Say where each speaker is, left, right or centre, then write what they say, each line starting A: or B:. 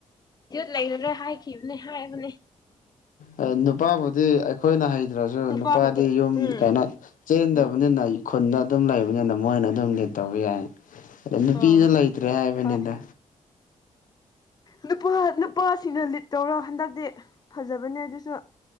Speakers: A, on the left; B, on the left.
A: ꯀꯤꯌꯨꯠꯂꯩꯔꯔꯣꯏ ꯍꯥꯏꯈꯤꯕꯅꯦ ꯍꯥꯏꯕꯅꯦ
B: ꯑꯗ ꯅꯨꯄꯥꯕꯨꯗꯤ ꯑꯩꯈꯣꯏꯅ ꯍꯩꯇ꯭ꯔꯁꯨ
A: ꯅꯨꯄꯥ
B: ꯅꯨꯄꯥꯗꯤ
A: ꯈꯛꯇ
B: ꯌꯨꯝ
A: ꯎꯝ
B: ꯀꯩꯅꯣ ꯆꯦꯟꯗꯕꯅꯤꯅ
A: ꯎꯝ
B: ꯈꯨꯟꯗ ꯑꯗꯨꯝ ꯂꯩꯕꯅꯤꯅ ꯃꯣꯏꯅ ꯑꯗꯨꯝ ꯂꯤꯠ ꯇꯧꯕ ꯌꯥꯏ ꯑꯗ ꯅꯨꯄꯤꯁꯨ
A: ꯑꯣ
B: ꯂꯩꯇ꯭ꯔꯦ ꯍꯥꯏꯕꯅꯤꯗ
A: ꯍꯣꯏ ꯅꯨꯄꯥ ꯅꯨꯄꯥꯁꯤꯡꯅ ꯂꯤꯠ ꯇꯧꯔꯣ ꯍꯟꯗꯛꯇꯤ ꯐꯖꯕꯅꯦ ꯑꯗꯨꯁꯨ